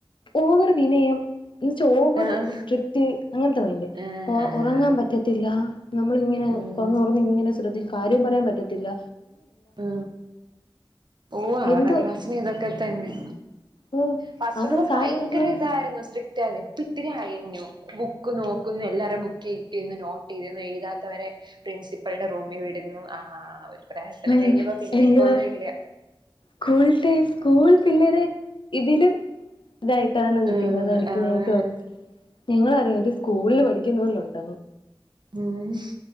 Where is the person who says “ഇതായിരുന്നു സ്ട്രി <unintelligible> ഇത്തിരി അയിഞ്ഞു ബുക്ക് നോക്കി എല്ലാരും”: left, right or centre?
Right